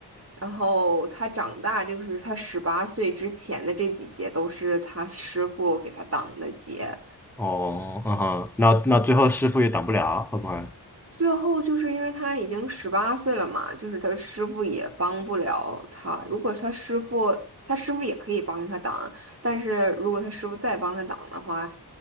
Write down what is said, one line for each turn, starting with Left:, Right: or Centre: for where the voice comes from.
Right: 然后他长大就是他十八岁之前的这几节都是他师傅给他挡的劫。
Centre: 哦，嗯哼，那那最后师傅也挡不了，会不会？
Right: 最后就是因为他已经十八岁了嘛，就是他师傅也帮不了他。如果他师傅，他师傅也可以帮他挡，但是如果他师傅再帮他挡的话，